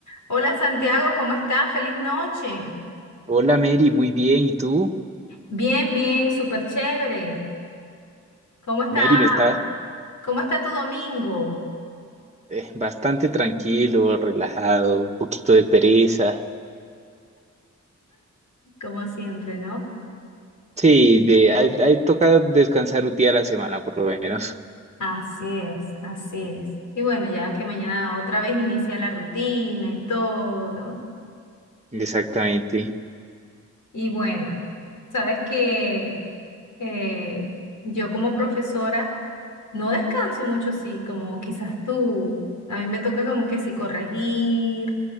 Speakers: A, on the left; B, on the right.
A: Hola Santiago, ¿cómo estás? Feliz noche.
B: Hola Mary, muy bien. ¿Y tú?
A: Bien, bien, súper chévere. ¿Cómo está?
B: Mary, me está
A: ¿Cómo está tu domingo?
B: eh, bastante tranquilo, relajado, un poquito de pereza.
A: Como siempre, ¿no?
B: Sí, de, ahí ahí toca descansar un día a la semana por lo menos.
A: Así es, así es. Y bueno, ya que mañana otra vez inicia la rutina y todo, ¿no?
B: Exactamente.
A: Y bueno, sabes que eh, yo como profesora no descanso mucho, sí, como quizás tú. A mí me toca como que sí corregir,